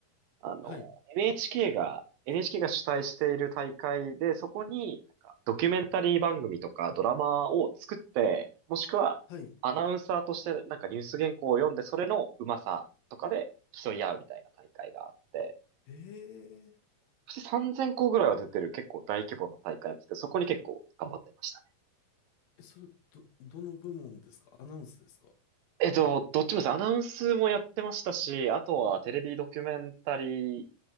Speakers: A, on the right; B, on the left.
A: あの、
B: はい。
A: NHK が、NHK
B: ん
A: が主催している大会で、そこに、なんかドキュメンタリー番組とかドラマを作って、もしくはアナウンサーとしてなんかニュース原稿を読んで、
B: はい。
A: それのうまさとかで競い合うみたいな大会があって、
B: ええ
A: そして3000校ぐらいは出てる結構大規模な大会なんですけど、そこに結構頑張ってましたね。
B: えそれ、ど、どの部門ですかアナウンスですか
A: えっと、どっちもです。アナウンスもやってましたし、あとはテレビドキュメンタリー